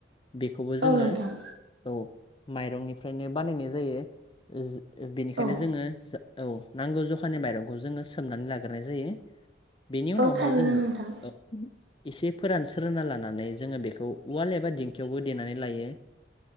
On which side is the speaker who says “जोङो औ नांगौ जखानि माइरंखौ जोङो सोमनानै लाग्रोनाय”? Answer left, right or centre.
Left